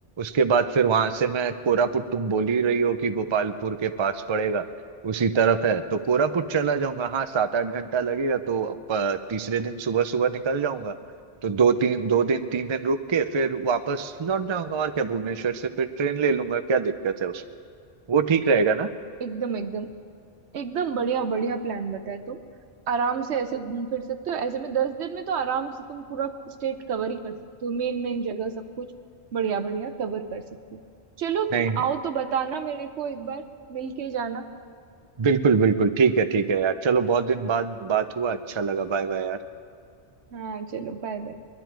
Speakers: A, on the right; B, on the right.
A: उसके बाद फिर वहां से मैं कोरापुट तुम बोल ही रही हो कि गोपालपुर के पास पड़ेगा उसी तरफ है तो कोरापुट चला जाऊंगा हाँ सात आठ घंटा लगेगा तो अ, तीसरे दिन सुबह सुबह निकल जाऊंगा तो दो तीन दो दिन तीन दिन रुक के फिर वापस लौट जाऊंगा और क्या भुवनेश्वर से फिर ट्रेन ले लूंगा क्या दिक्कत है उसमें वो ठीक रहेगा ना
B: एकदम एकदम एकदम बढ़िया बढ़िया प्लान बताया तुम आराम से ऐसे घूम फिर सकते हो ऐसे में दस दिन में तो आराम से तुम पूरा स्टेट कवर ही कर सकते हो मेन मेन जगह सब कुछ बढ़िया बढ़िया कवर कर सकते हो चलो
A: नहीं
B: तुम
A: नहीं
B: आओ तो बताना मेरे को एक बार मिल के जाना
A: बिल्कुल बिल्कुल ठीक है ठीक है यार चलो बहुत दिन बाद बात हुआ अच्छा लगा बाय बाय यार
B: हाँ चलो बाय बाय